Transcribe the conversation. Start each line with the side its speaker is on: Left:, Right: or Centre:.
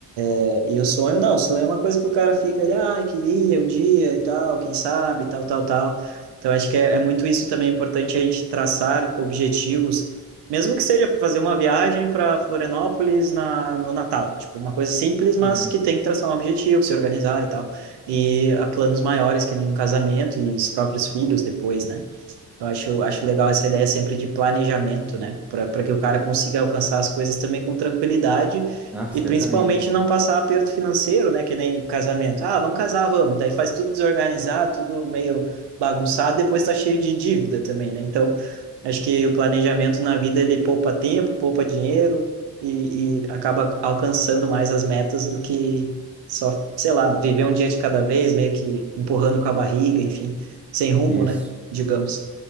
Right: é, e o sonho, não, o sonho é uma coisa que o cara fica ali, ai, queria um dia e tal, quem sabe, tal, tal, tal. Então, acho que é, é muito isso também é importante a gente traçar objetivos, mesmo que seja para fazer uma viagem para Florianópolis na, no Natal. Tipo, uma coisa simples, mas
Centre: uhum.
Right: que tem que traçar um objetivo, se organizar e tal. E a planos maiores, que nem um casamento e os próprios filhos depois, né? Eu acho, acho legal essa ideia sempre de planejamento, né? Para para que o cara consiga alcançar as coisas também com tranquilidade
Centre: Ah, certamente,
Right: e principalmente
Centre: né?
Right: não passar aperto financeiro, né? Que nem casamento. Ah, vamos casar, vamos. Daí faz tudo desorganizado, tudo meio bagunçado, depois tá cheio de dívida também, né? Então, acho que o planejamento na vida ele poupa tempo, poupa dinheiro e, e acaba alcançando mais as metas do que só, sei lá, viver um dia de cada vez, meio que empurrando com a barriga, enfim, sem rumo,
Centre: Isso.
Right: né? Digamos.